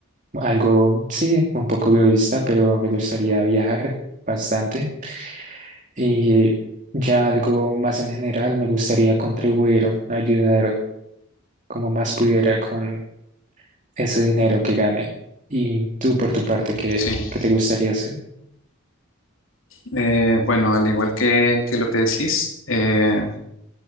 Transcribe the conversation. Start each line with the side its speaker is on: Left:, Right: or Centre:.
Right: algo, sí, un poco egoísta, pero me gustaría viajar bastante. Y ya algo más en general, me gustaría contribuir, ayudar como más pudiera con ese dinero que gane. Y tú, por tu parte, ¿qué,
Left: Sí.
Right: qué te gustaría hacer?
Left: Eh, bueno, al igual que, que lo que decís, eh,